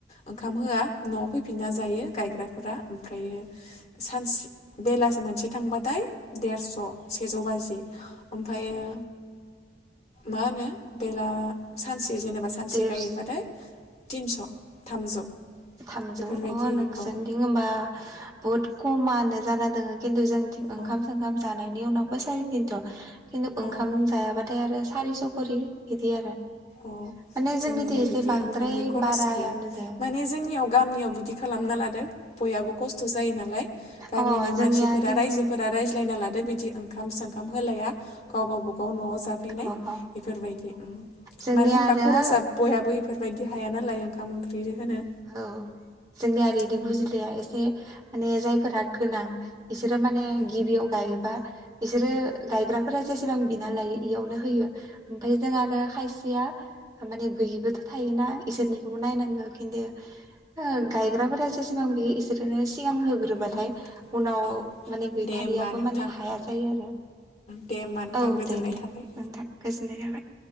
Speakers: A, on the left (about 40°); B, on the right (about 20°).
A: ओंखाम होआ नआव फैफिनना जायो गायग्राफोरा ओमफ्रायो सानसे बेलासि मोनसे थांबाथाय देरस सेजौ बाजि ओमफ्रायो मा होनो बेला सानसे जेनेबा सानसे
B: देरस
A: गायोबाथाय थिनस थामजौ
B: थामजौ
A: बेफोरबायदि
B: अ नोंसोरदि
A: औ
B: होमबा बुहुत खमानो जाना दङ खिन्थु जोंनिथिं ओंखाम
A: औ
B: सोंखाम जानाय बिनि उनावबो साराय थिनस' खिन्थु ओंखाम
A: औ
B: जायाबाथाय आरो सारिस' खरि बिदि आरो।
A: अ
B: माने जोंनिथि
A: जोंनिया
B: एसे
A: बिदि
B: बांद्राय
A: ओंखामनि खरस
B: बारायानो
A: गैया
B: दे
A: माने जोंनियाव गामियाव बिदि खालामना लादों बयाबो खस्थ' जायो नालाय गामिनि
B: अ जोंनिया
A: मानसिफोरा
B: खिन्थु
A: रायजोफोरा रायज्लायना लादो बिदि ओंखाम सों खाम होलाया गाव गावबागाव न'आव जाफैनाय
B: गावबागाव
A: बेफोरबायदि उम।
B: जोंनिया
A: मानो होनबा
B: आरो
A: खरसा बयहाबो इफोरबायदि हाया नालाय ओंखाम ओंख्रि। होनो
B: औ जोंनिया ओरै इदि
A: उम
B: बुजिलाया एसे माने जायफोरा गोनां बिसोरो माने
A: उम
B: गिबियाव गायोबा बिसोरो
A: उम
B: गायग्राफोरा जेसेबां बिना लायो इयावनो होयो ओमफाय जों आरो खायस सेया माने गैयैबोथ' थायोना इसोरनिखौबो नायनांगौ खिन्थु ओ गायग्राफोरा जेसेबां बियो इसोरोनो सिगां होगोर रोबाथाय
A: औ
B: उनाव
A: औ
B: माने गैथारियाबो
A: दे होमबा नोंथां
B: माने हाया जायो आरो।
A: दे होमबा नोंथां
B: औ
A: गोजोननाय
B: दे दे
A: थाबाय
B: नोंथां गोजोन्नाय थाबाय।